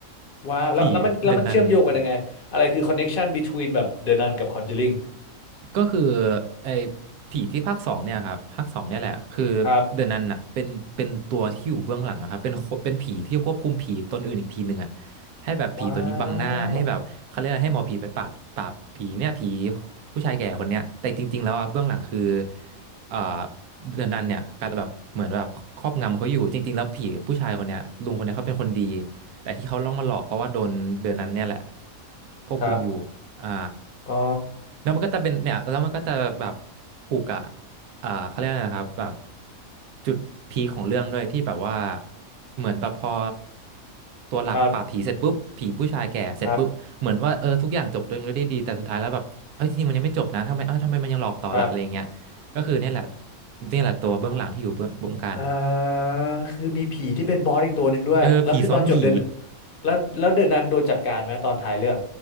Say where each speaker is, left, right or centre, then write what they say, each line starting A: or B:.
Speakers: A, on the left (about 45°); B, on the right (about 85°).
A: ว้าวแล้วแล้วมันแล้วมันเชื่อมโยงกันยังไงอะไรคือคอนเน
B: ผีเดนนัน
A: t ชัน between แบบเดอะนันกับคอนเจ r i ิง
B: ก็คือไอ้ผีที่ภาคสองเนี่ยครับภาคสองเนี่ยแหละคือ
A: ครับ
B: เดอะนันอะเป็นเป็นตัวที่อยู่เบื้องหลังอะครับเป็นคนเป็นผีที่ควบคุมผีตนอื่นอีกทีหนึ่งอะให้แบบผีตัวนี้บังหน้าให้แบบเขาเรียกอะไรให้หมอผีไปปราบปราบผีเนี่ยผี
A: ว้าว
B: ผู้ชายแก่คนเนี้ยแต่จริงๆแล้วอะเบื้องหลังคือเอ่อเดอะนันเนี่ยก็แบบเหมือนแบบครอบงำเขาอยู่จริงๆแล้วผีผู้ชายคนเนี้ยลุงคนเนี้ยเขาเป็นคนดีแต่ที่เขาล่องมาหลอกเพราะว่าโดนเดอะนันเนี่ยแหละควบคุมอยู่
A: ครับ
B: อ่า
A: อ๋อ
B: แล้วมันก็จะเป็นเนี่ยแล้วมันก็จะแบบผูกกับอ่าเขาเรียกอะไรนะครับแบบจุดพีคของเรื่องด้วยที่แบบว่าเหมือนแบบพอตัวหลักปราบผีเสร็จปุ๊บผีผู้ชายแก่เสร็จปุ๊บเหมือนว่าเออทุกอย่างจบลงด้วยดีแต่สุดท้ายแล้วแบบเอ้ยจริงๆมันยังไม่จบนะทำไมเออทำไมมันยังหลอกต่อล่ะอะไรเงี้ย
A: ครับครับครับ
B: ก็คือเนี่ยแหละเนี่ยแหละตัวเบื้องหลังที่อยู่เบื้องบงการ
A: อ่าคือมีผีที่เป็นบอสอีกตัวหนึ่งด้วยแล้วคือตอนจบเดิน
B: เออผีซ้อนผี
A: แล้วแล้วเดินนันโดนจัดการไหมตอนท้ายเรื่อง